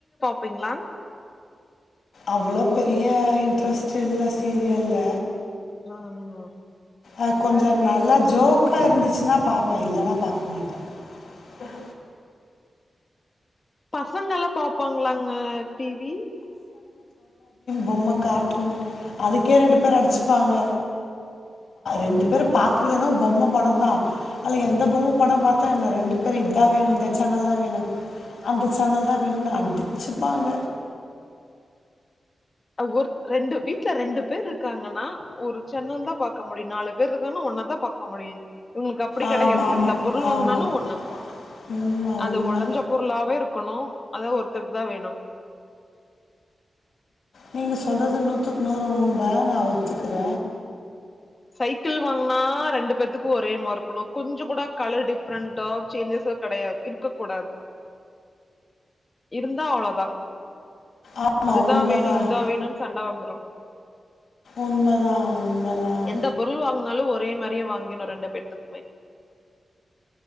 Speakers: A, on the left; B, on the left.
A: ப்பீங்களா
B: அவ்ளோ பெரிய இன்ட்ரஸ்ட் இல்ல சீரியல்ல
A: அ ஆமா
B: அ கொஞ்சோ நல்லா ஜோக்கா இருந்துச்சுன்னா பாப்ப இல்லன்னா பாக் பாக்க மாட்ட ம்
A: பசங்கல்லா பாப்பாங்களாங்க டிவி
B: பொம்ம கார்டூன் அதுக்கே ரெண்டு பேர் அடுச்சுப்பாங்க ரெண்டு பேரு பாக்குறதுனா பொம்ம படந்தா அதுல எந்த பொம்ம படோம் பாத்தா என்ன ரெண்டு பேர் இதா வேணு இந்த சேனல்தா வேணு அந்த சேனல்தா வேணுன் அடுச்சுப்பாங்க
A: ஆ ஒர் ரெண்டு வீட்ல ரெண்டு பேர் இருக்காங்கன்னா ஒரு சென்னல் தா பாக்க முடியு நாலு பேர் இருக்காங்கன்னா ஒன்ன தா பாக்க முடியிங் இவங்களுக்கு அப்டி
B: ஆமாம்
A: கெடையாது எந்த
B: ஆமாம்
A: பொருள்
B: ஆமாம்
A: வாங்னாளு ஒண்ணு
B: உண்மை
A: அது
B: உண்மை
A: ஒடஞ்ச பொருளாவே இருக்கணு அதா ஒருத்தர்க்தா வேணும்
B: நீங்க சொல்றது நூத்துக்கு நூறு உண்ம நா ஒத்துக்குற
A: சைக்கிள் வாங்கனா ரெண்டு பேருத்துக்கு ஒரே மார் இருக்கணு கொஞ்சோ கூட கலர் டிஃப்ரெண்டோ சேஞ்சஸோ கெடையாது இருக்கக் கூடாது இருந்தா அவ்ளோதா
B: ஆமாம்
A: அதுதா
B: உண்மைதான்
A: வேணு இதுதா வேணுன் சண்ட வந்துரு
B: உண்மைதான் உண்மைதான்
A: எந்த பொருள் வாங்குனாலு ஒரே மாரியே வாங்கிரனு ரெண்டு பேர்த்துக்குமே